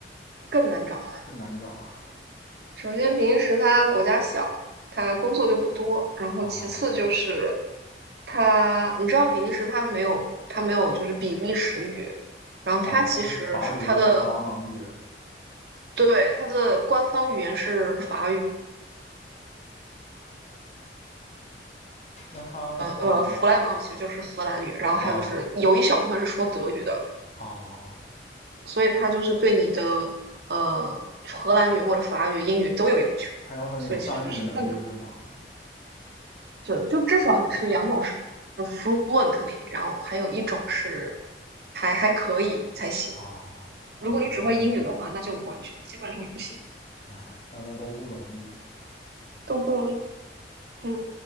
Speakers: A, on the right; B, on the left.
A: 更难找。
B: 更难找
A: 首先，比利时它国家小，它工作就不多。然后，
B: 啊
A: 其次就是它，你知道比利时它没有，它没有就是比利时语，然后它其实是它的
B: 啊！它是法语和弗拉芒语，
A: 对它的官方语言是法语，
B: 那它的话
A: 呃，弗莱芒语其实就是荷兰语，然后还有就是有一小部分是说德语的，
B: 啊啊，
A: 所以它就是对你的呃荷兰语或者法语、英语都有要求，
B: 它要求你有三语能力是吗？
A: 所以其实是更难。是，就至少你是两种是 fluently，然后还有一种是还还可以才行。
B: 啊，
A: 如果你只会英语的话，
B: 我的天呐，
A: 那就完全基本上是不行，
B: 哎，大家都不容易。
A: 都不容易。嗯。